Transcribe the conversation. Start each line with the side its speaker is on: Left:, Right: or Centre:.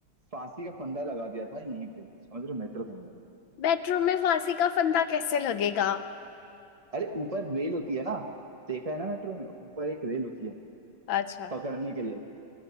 Right: फांसी का फंदा लगा दिया था यहीं पे समझ रहे हो मेट्रो के अंदर
Left: मेट्रो में फांसी का फंदा कैसे लगेगा
Right: अरे ऊपर रेल होती है ना देखा है ना मेट्रो में ऊपर एक रेल होती है
Left: अच्छा
Right: पकड़ने के लिए